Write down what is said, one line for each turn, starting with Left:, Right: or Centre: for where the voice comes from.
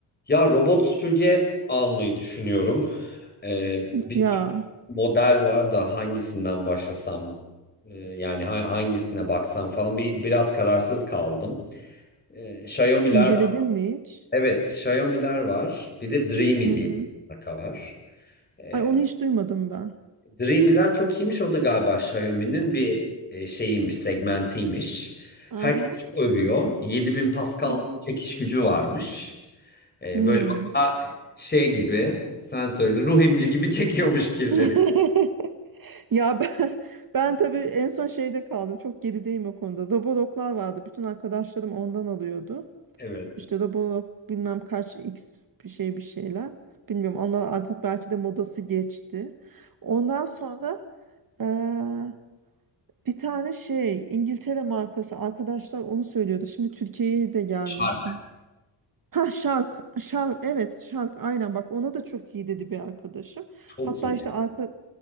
Left: Ya robot süpürge almayı düşünüyorum. Ee, bir
Right: Ya
Left: sürü model var da hangisinden başlasam e, yani ha- hangisine baksam falan bir biraz kararsız kaldım. Ee, Xiaomi'ler
Right: inceledin
Left: var.
Right: mi hiç?
Left: Evet, Xiaomi'ler var. Bir de Dreamy
Right: Hı
Left: diye
Right: hı.
Left: bir marka var. Ee,
Right: Ay onu hiç duymadım ben.
Left: Dreamy'ler çok iyiymiş. O da galiba Xiaomi'nin bir e, şeyiymiş, segmentiymiş. Herkes
Right: Aha.
Left: çok övüyor. 7000 Pascal
Right: Hı hı.
Left: çekiş gücü varmış. Ee,
Right: Hmm.
Left: böyle bana şey gibi sen söyle ruh emici gibi <laughs> çekiyormuş kirleri.
Right: <laughs> Ya ben, ben tabii en son şeyde kaldım. Çok gerideyim o konuda. Roborocklar vardı. Bütün arkadaşlarım ondan alıyordu.
Left: Evet.
Right: İşte Roborob bilmem kaç X bir şey bir şeyler. Bilmiyorum onlar artık belki de modası geçti. Ondan sonra eee, bir tane şey İngiltere markası arkadaşlar onu söylüyordu. Şimdi Türkiye'ye de gelmiş.
Left: Şarkı
Right: Ha Shark, Shark evet Shark aynen bak ona da çok iyi dedi bir arkadaşım.
Left: çok
Right: Hatta
Left: iyi.
Right: işte arka